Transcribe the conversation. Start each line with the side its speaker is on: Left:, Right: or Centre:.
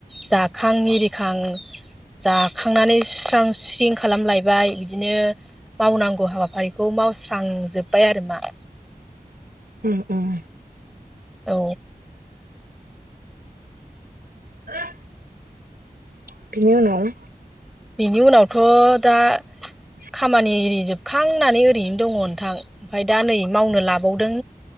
Centre: जाखां इरिखां जाखांनानै सुस्रां सुस्रिं खालामलायबाय बिदिनो मावनांगौ हाबाफारिखौ मावस्रांजोब्बाय आरो मा।
Right: उम उम
Centre: औ
Right: <inaudible> बिनि उनाव
Centre: बिनि उनावथ' दा
Right: <inaudible>
Centre: खामानि जोबखां होननानै ओरैनो दङ नोंथां ओमफ्राय दा नै मावनो लाबावदों।